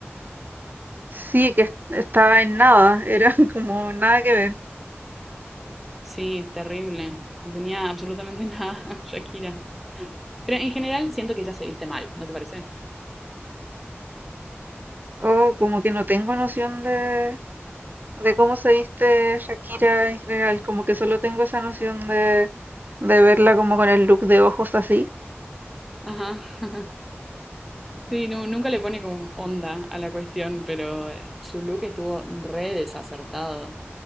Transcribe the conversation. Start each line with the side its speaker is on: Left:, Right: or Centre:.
Right: Sí, que es- estaba en nada, era <laughs> como nada que ver.
Centre: Sí, terrible. No tenía absolutamente nada, <laughs> Shakira. Pero en general siento que ella se viste mal, ¿no te parece?
Right: O como que no tengo noción de, de cómo se viste Shakira en general, como que solo tengo esa noción de, de verla como con el look de ojos así.
Centre: Ajá. <laughs> Sí, no, nunca le pone como onda a la cuestión, pero eh, su look estuvo re desacertado.